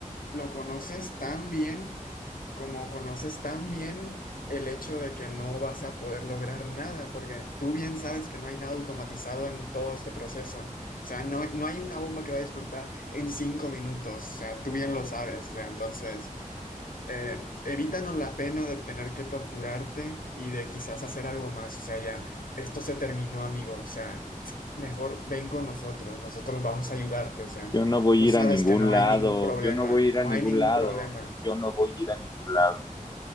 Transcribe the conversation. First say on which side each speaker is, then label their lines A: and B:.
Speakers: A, on the left; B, on the left.
A: lo conoces tan bien como conoces tan bien el hecho de que no vas a poder lograr nada, porque tú bien sabes que no hay nada automatizado en todo este proceso. O sea, no, no hay una bomba que vaya a explotar en cinco minutos. O sea, tú bien lo sabes. O sea, entonces eh, evítanos la pena de tener que torturarte y de quizás hacer algo más. O sea, ya, esto se terminó, amigo. O sea, mejor ven con nosotros, nosotros vamos a ayudarte. O sea,
B: yo no voy
A: tú
B: a
A: sabes
B: ir a ningún
A: que no
B: lado,
A: hay ningún problema,
B: yo no voy a ir
A: no
B: a ningún
A: hay ningún
B: lado,
A: problema.
B: yo no voy a ir a ningún lado.